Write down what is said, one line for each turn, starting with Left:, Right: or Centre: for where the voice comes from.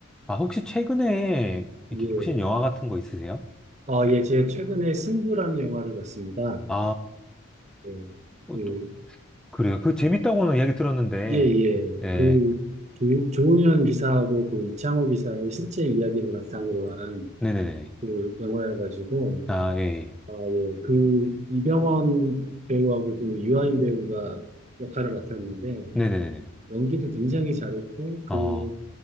Centre: 아, 혹시 최근에 이렇게
Right: 예.
Centre: 보신 영화 같은 거 있으세요?
Right: 어, 예, 제가 최근에 승부라는 영화를 봤습니다.
Centre: 아,
Right: 예,
Centre: 어,
Right: 그,
Centre: 또, 그래요. 그 재밌다고는 이야기 들었는데,
Right: 예, 예.
Centre: 예,
Right: 그, 조- 조은현 기사하고 그 이창호 기사의 실제 이야기를 바탕으로 한
Centre: 네네네.
Right: 그 영화여가지고,
Centre: 아, 예, 예.
Right: 어, 예. 그, 이병헌 배우하고 그 유아인 배우가 역할을 맡았는데,
Centre: 네네네네.
Right: 연기도 굉장히 잘했고, 그,
Centre: 어,